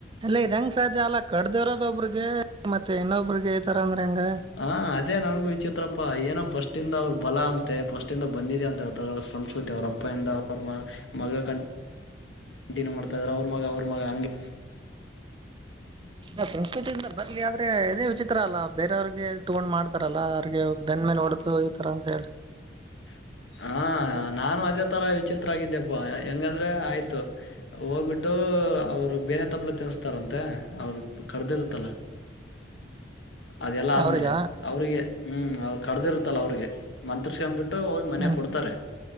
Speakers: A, on the right; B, on the left.
A: ಅಲ್ಲ ಇದಂಗ್ ಸಾಧ್ಯ ಅಲ ಕಡ್ದ ಇರೋದ ಒಬ್ರಿಗೆ, ಮತ್ತೆ ಇನ್ನೊಬ್ರಿಗೆ ಈ ತರ ಅಂದ್ರೆ ಹೆಂಗ
B: ಹ ಅದೇ ನನ್ಗೂ ವಿಚಿತ್ರಪ್ಪಾ ಏನಪ್ಪ ಫಸ್ಟಿಂದ ಅವ್ರ ಬಲ ಅಂತೆ ಫಸ್ಟಿಂದ ಬಂದಿದೆ ಅಂತಥ ಶ್ರಮಸ್ಕೃತಿ ಅವ್ರ ಅಪ್ಪಾಯಿಂದ ಅವ್ರ ಮ ಮಗ ಕಂಡು ಕಂಟಿನ್ಯೂ ಮಾಡ್ತಾ ಇದ್ರ ಅವ್ರ ಮಗ ಅವ್ರ ಮಗ ಹಂಗೆ,
A: ಇಲ್ಲ ಸಂಸ್ಕೃತಿಯಿಂದ ಬರ್ಲಿ ಆದ್ರೆ ಇದೇ ವಿಚಿತ್ರ ಅಲ್ಲ ಬೇರವ್ರಿಗೆ ತೊಗೊಂಡ್ ಮಾಡ್ತಾರಲ್ಲಾ ಅವ್ರಿಗೆ ಬೆ ನೋಡ್ತ ಹೋಗಿತರಾ ಅಂತ ಹೇಳಿ.
B: <inaudible> ಹಾ ನಾನು ಅದೇ ತರ ವಿಚಿತ್ರ ಆಗಿದ್ದ್ಯಪ್ಪಾ ಹೆಂಗಂದ್ರೆ ಆಯ್ತು ಹೋಗ್ಬಿಟ್ಟು. ಅವ್ರು ಬೇನೆ ತಪ್ಲ ತಿನ್ಸತಾರಂತೆ ಅವ್ರು ಕಡ್ದಿರುತ್ತಲ್ಲ.
A: <inaudible>
B: ಅದೆಲ್ಲಾ ಆದ್ಮೇಲೆ
A: ಅವ್ರಿಗ
B: ಅವ್ರಿಗೆ ಹ್ಮ್ ಅವರು ಕಡ್ದಿರುತ್ತಲ್ಲ ಅವ್ರಿಗೆ ಮಂತ್ಸ್ಕೊಂಡ್ಬಿಟ್ಟು, ಮನೆಗೆ
A: ಹ್ಮ್
B: ಕೊಡ್ತಾರೆ.